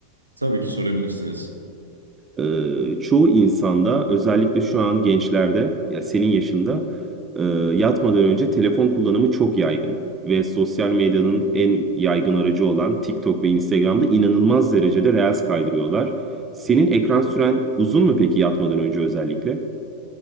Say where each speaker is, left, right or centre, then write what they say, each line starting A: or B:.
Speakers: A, on the right; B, on the right.
A: Tabii ki sorabilirsiniz.
B: Ee, çoğu insanda özellikle şu an gençlerde ya senin yaşında e, yatmadan önce telefon kullanımı çok yaygın ve sosyal medyanın en yaygın aracı olan TikTok ve Instagram'da inanılmaz derecede reels kaydırıyorlar. Senin ekran süren uzun mu peki yatmadan önce özellikle?